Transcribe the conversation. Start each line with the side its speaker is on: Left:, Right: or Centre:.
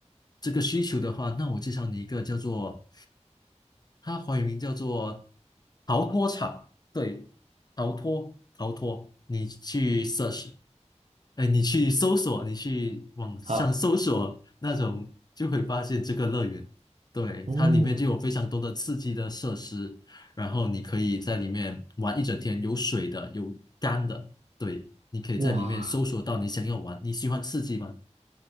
Left: 这个需求的话，那我介绍你一个叫做它华语名叫做逃脱场，对，逃脱逃脱，你去 search，哎，你去搜索，你去网上搜索那种，
Right: 好，
Left: 就会发现这个乐园。对，
Right: 哦，
Left: 它里面就有非常多的刺激的设施，然后你可以在里面玩一整天，有水的，有干的，对，你可以在里面搜索到你想要玩，
Right: 哇，
Left: 你喜欢刺激吗？